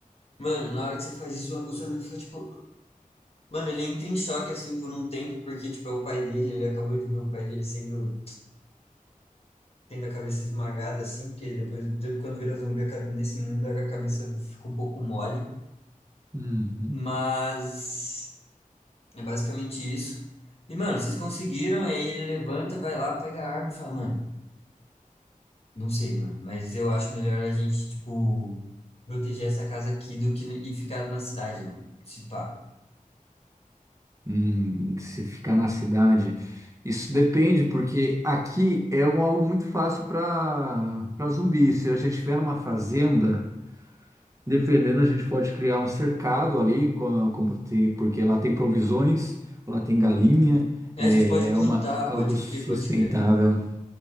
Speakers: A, on the left; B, on the right.
A: Mano, na hora que você faz isso, o seu amigo fica tipo. Mano, ele entra em choque assim por um tempo, porque tipo é o pai dele, ele acabou de ver o pai dele sendo tendo a cabeça esmagada assim, porque depois, de- quando vira zumbi, a cabe- nesse mundo a cabeça fica um pouco mole.
B: Uhum.
A: Mas é basicamente isso. E, mano, vocês conseguiram, aí ele levanta, vai lá, pega a arma e fala, mano, não sei, mano, mas eu acho melhor a gente, tipo, proteger essa casa aqui do que n- e ficar na cidade, mano. Se pá.
B: Hum, se ficar na cidade. Isso depende, porque aqui é um alvo muito fácil pra para zumbi. Se a gente tiver uma fazenda. Dependendo, a gente pode criar um cercado ali, com como te- porque lá tem provisões, lá tem galinha,
A: É,
B: é,
A: a gente pode
B: é
A: plantar,
B: uma, algo
A: pode
B: sustentável,
A: crer, pode crer.